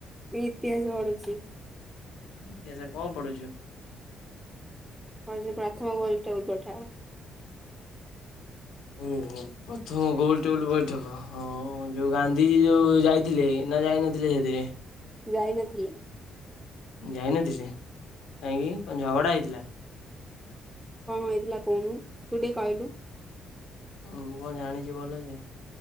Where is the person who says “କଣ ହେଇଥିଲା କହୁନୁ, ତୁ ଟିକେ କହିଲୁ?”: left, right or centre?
Centre